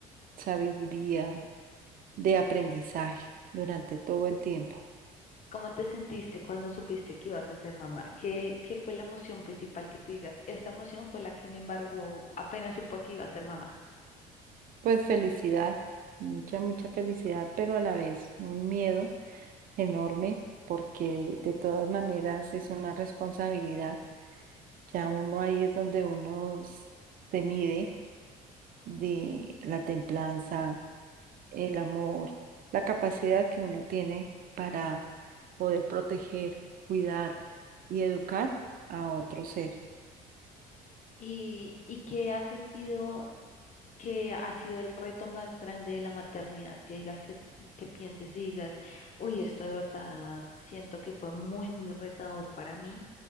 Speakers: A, on the right; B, on the left.
A: sabiduría, de aprendizaje durante todo el tiempo.
B: ¿Cómo te sentiste cuando supiste que ibas a ser mamá? ¿Qué, qué fue la emoción principal que tú digas? Esta emoción fue la que me embargó apenas supo que iba a ser mamá.
A: Pues felicidad, mucha, mucha felicidad, pero a la vez un miedo enorme porque de todas maneras es una responsabilidad. Ya uno ahí es donde uno s- se mide de la templanza, el amor, la capacidad que uno tiene para poder proteger, cuidar y educar a otro ser.
B: ¿Y, y qué has sentido que ha sido el reto más grande de la maternidad? Que digas que, que pienses y digas, uy, esto de verdad siento que fue muy, muy retador para mí